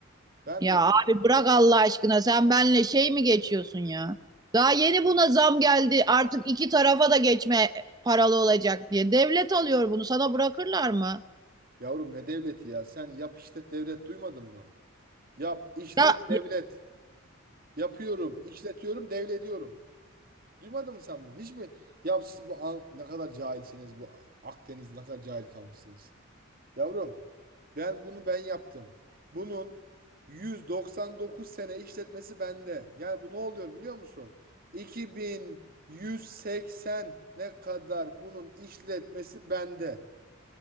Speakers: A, on the right; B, on the right.
A: Ben
B: Ya
A: de
B: abi bırak Allah aşkına sen benle şey mi geçiyorsun ya? Daha yeni buna zam geldi artık iki tarafa da geçme paralı olacak diye. Devlet alıyor bunu sana bırakırlar mı?
A: yavrum ne devleti ya? Sen yap işlet devlet duymadın mı? Yap işlet
B: Ya
A: devlet. Yapıyorum, işletiyorum, devrediyorum. Duymadın mı sen bunu? Hiç mi? Ya siz bu an- ne kadar cahilsiniz bu Akdeniz'de ne kadar cahil kalmışsınız. Yavrum Ben bunu ben yaptım. Bunun 199 sene işletmesi bende. Yani bu ne oluyor biliyor musun? 2180 ne kadar bunun işletmesi bende.